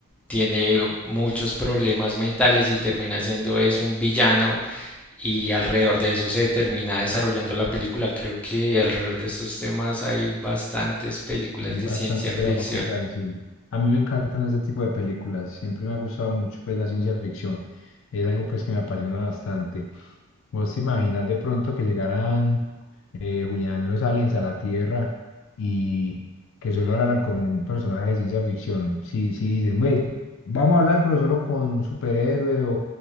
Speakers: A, in the centre; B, on the left (about 60°).
A: tiene muchos problemas mentales y termina siendo es un villano y alrededor de eso se termina desarrollando la película. Creo que alrededor de estos temas hay bastantes películas
B: Hay
A: de
B: bastante
A: ciencia
B: tela
A: ficción.
B: para cortar, sí. A mí me encantan ese tipo de películas. Siempre me ha gustado mucho pues la ciencia ficción. Es algo pues que me apasiona bastante. ¿Vos te imaginas de pronto que llegaran eh, Julián los aliens a la Tierra y que solo hablaran con un personaje de ciencia ficción? Si, si dicen, "Bueno, vamos a hablar pero solo con un superhéroe o,